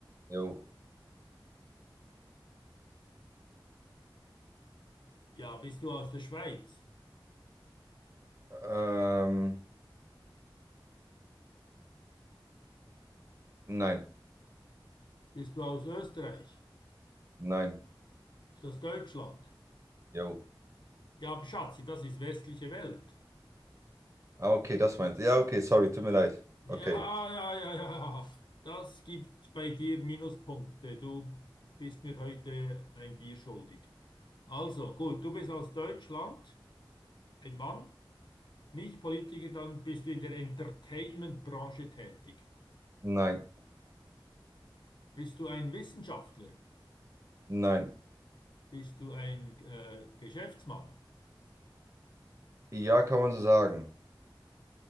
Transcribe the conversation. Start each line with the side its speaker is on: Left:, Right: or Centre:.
Right: Jo.
Left: Ja, bist du aus der Schweiz?
Right: Ähm, nein,
Left: Bist du aus Österreich?
Right: nein.
Left: Bist du aus Deutschland?
Right: Jo.
Left: Ja, aber Schatzi, das ist westliche Welt.
Right: Ah, okay, das meinst du. Ja, okay, sorry, tut mir leid.
Left: Ja,
Right: Okay.
Left: ja, ja, ja, ja. Das gibt bei dir Minuspunkte. Du bist mir heute ein Bier schuldig. Also, gut, du bist aus Deutschland, ein Mann. Nicht Politiker, dann bist du in der Entertainment-Branche tätig.
Right: Nein,
Left: Bist du ein Wissenschaftler?
Right: nein.
Left: Bist du ein äh, Geschäftsmann?
Right: Ja, kann man so sagen.